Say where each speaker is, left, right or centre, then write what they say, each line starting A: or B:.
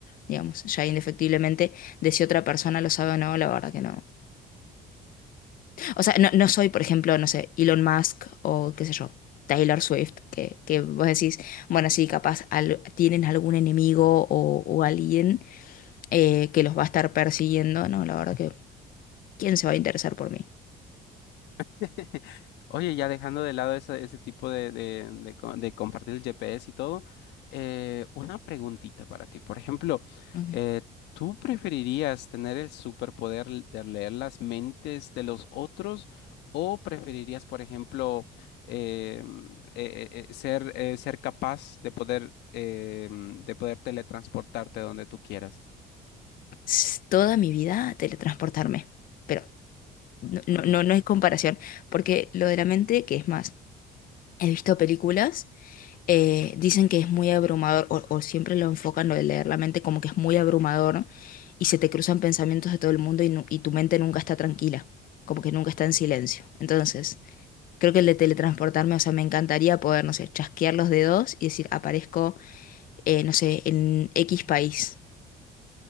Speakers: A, on the left; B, on the left.
A: digamos, ya indefectiblemente, de si otra persona lo sabe o no, la verdad que no. O sea, no, no soy, por ejemplo, no sé, Elon Musk o qué sé yo. Taylor Swift, que, que vos decís, bueno, sí, capaz al- tienen algún enemigo o, o alguien eh, que los va a estar persiguiendo, no, la verdad ¿Quién se va a interesar por mí?
B: <laughs> Oye, ya dejando de lado ese, ese tipo de, de, de co- de compartir el GPS y todo, eh, una preguntita para ti. Por ejemplo,
A: Ok.
B: eh, ¿tú preferirías tener el superpoder l- de leer las mentes de los otros o preferirías, por ejemplo, eh, mm, eh, eh, eh, ser, eh, ser capaz de poder, eh, mm, de poder teletransportarte donde tú quieras?
A: s- toda mi vida teletransportarme. Pero no, no,
B: Ujú.
A: no, no es comparación, porque lo de la mente, que es más, he visto películas, eh, dicen que es muy abrumador, o, o siempre lo enfocan lo de leer la mente como que es muy abrumador, ¿no? Y se te cruzan pensamientos de todo el mundo y, nu- y tu mente nunca está tranquila, como que nunca está en silencio. Entonces, creo que el de teletransportarme, o sea, me encantaría poder, no sé, chasquear los dedos y decir, aparezco, eh, no sé, en X país.